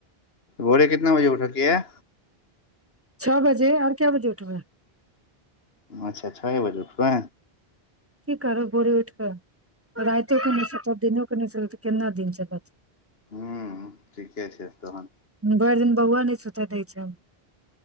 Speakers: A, on the left; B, on the right.
A: बोरे कितना बजे उठके य
B: छओ बजे आऔर क्य बजे उठबै
A: अच्छा छ बजू खु
B: की करब भोरे उठि कऽ रातिो क नहिसँ दिनो कने तऽ केना दिन च बत
A: हूं ठीके छै तहन
B: भरि दिन बौआ नहि सुतय दै छै